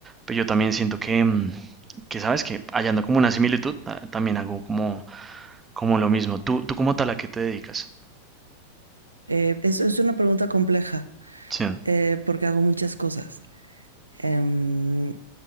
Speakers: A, on the right (about 15°); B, on the right (about 80°).
A: pero yo también siento que, mm, que sabes que hallando como una similitud, ah, también hago como, como lo mismo. ¿Tú, tú como tal a qué te dedicas?
B: Eh, es, es una pregunta compleja,
A: Sí,
B: eh, porque hago muchas cosas. Em,